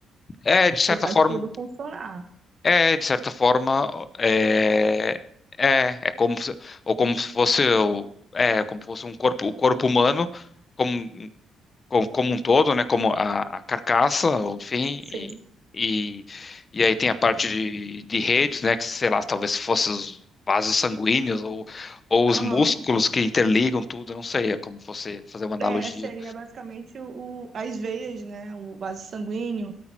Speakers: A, on the left (about 35°); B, on the right (about 55°).
A: é, de certa
B: Que faz
A: forma,
B: tudo funcionar.
A: é, de certa forma, é, é, é como se, ou como se fosse, o- é, como se fosse um corpo, o corpo humano como, como, como um todo, né, como a, a carcaça, ou enfim,
B: Sim.
A: e, e, e aí tem a parte de, de redes, né, que sei lá, talvez fosse os vasos sanguíneos ou, ou os
B: Aham.
A: músculos que interligam tudo, eu não sei, é como você fazer uma analogia.
B: É, seria basicamente o, as veias, né? O vaso sanguíneo,